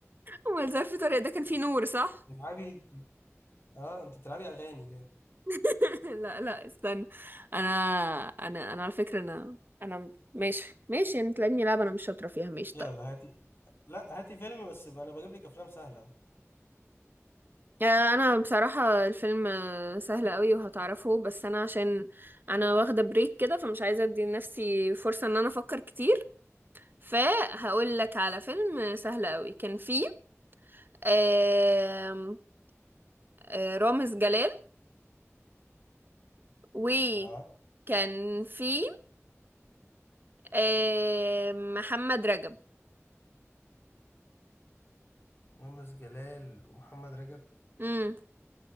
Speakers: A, on the right; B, on the left.
A: هو الزرع في طريق ده كان فيه نور صح؟
B: بتلعبي اه انت بتلعبي اغاني كده
A: <laughs> لا لا استنى انا انا انا على فكرة انا انا ماشي ماشي انت لاني لعبة انا مش شاطرة فيها ماشي
B: يلا
A: طيب
B: هاتي لا هاتي فيلم بس بقى انا بجيب لك افلام سهله اهو
A: آه، انا بصراحة الفيلم آه، سهل قوي وهتعرفه بس انا عشان انا واخدة بريك كده فمش عايزة ادي لنفسي فرصة ان انا افكر كتير فهقول لك على فيلم آه، سهل قوي كان فيه آم، آه، رامز جلال وكان
B: اه
A: فيه آم، محمد رجب
B: رامز جلال ومحمد رجب
A: مم.